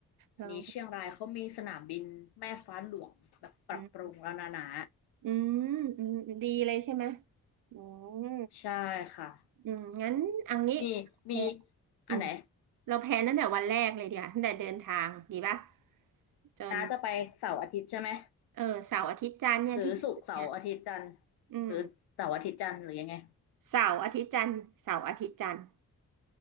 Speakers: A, on the left; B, on the right.
A: เดี๋ยวนี้เชียงรายเขามีสนามบินแม่ฟ้าหลวงแบบปรับปรุงแล้วนะนะ
B: ลองอืมอืมอืมดีเลยใช่ไหมอืม
A: ใช่ค่ะ
B: อืมงั้นเอางี้
A: นี่มี
B: แพลน
A: อันไหน
B: อืมเราแพลนตั้งแต่วันแรกเลยเดียวาตั้งแต่เดินทางดีป่ะจน
A: น้าจะไปเสาร์อาทิตย์ใช่ไหม
B: เออเสาร์อาทิตย์จันทร์เนี่ยที่จะถึงเนี่ย
A: หรือศุกร์เสาร์อาทิตย์จันทร์
B: อืม
A: หรือเสาร์อาทิตย์จันทร์หรือยังไง
B: เสาร์อาทิตย์จันทร์เสาร์อาทิตย์จันทร์